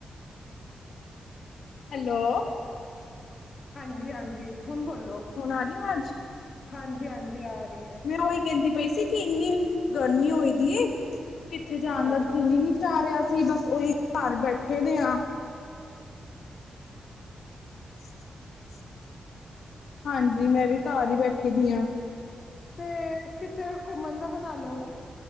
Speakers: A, on the left (about 75°); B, on the left (about 40°).
A: ਹੈਲੋ
B: ਹਾਂਜੀ ਹਾਂਜੀ। ਹੁਣ ਬੋਲੋ।
A: ਹੁਣ ਆ ਗੀ ਅਵਾਜ?
B: ਹਾਂਜੀ ਹਾਂਜੀ, ਆ ਰਹੀ ਐ।
A: ਮੈਂ ੳਹੀ ਕਹੰਦੀ ਪਈ ਸੀ ਕਿ ਇੰਨੀ ਗਰਮੀ ਹੋਈ ਦੀ ਏ, ਕਿੱਥੇ ਜਾਨ
B: ਹੂੰ।
A: ਦਾ ਦਿੱਲ ਈ ਨੀ ਤੇ ਆ ਰਿਹਾ ਸੀ ਬਸ ੳਹੀ ਘਰ ਬੈਠੇ ਦੇ ਆਂ। <inaudible> ਹਾਂਜੀ ਮੈਂ ਵੀ ਘਰ ਈ ਬੈਠੀ ਦੀ ਆ।
B: ਤੇ ਕਿੱਥੇ ਘੁੰਮਨ ਦਾ ਬਨਾ ਲੋ।